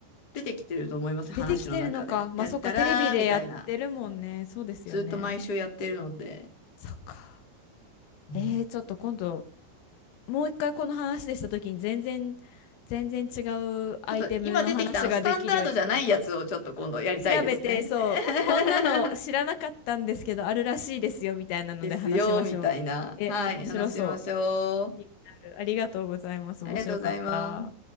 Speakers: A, on the left (about 30°); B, on the left (about 80°).
A: 出てきてると思います、話の中で。
B: 出てきてるのか。まあ、
A: てったらーみたいな。
B: そっか、テレビでやってるもんね。そうですよね。
A: ずっと毎週やってるので、
B: そっか。
A: うん
B: えー、ちょっと今度、もう一回この話でした時に全然、全然違うアイテムの話ができるように。
A: ちょっと今出てきたあのスタンダードじゃないやつをちょっと今度やりたいですね。
B: 調べて、そう、
A: <laughs>
B: こんなの知らなかったんですけど、あるらしいですよ、みたいなので話しましょう。
A: ですよ、みたいな。
B: え、
A: はい、
B: 面白そう。
A: 話しましょう。
B: 気になる。ありがとうございます。
A: ありがとうございます。
B: 面白かった。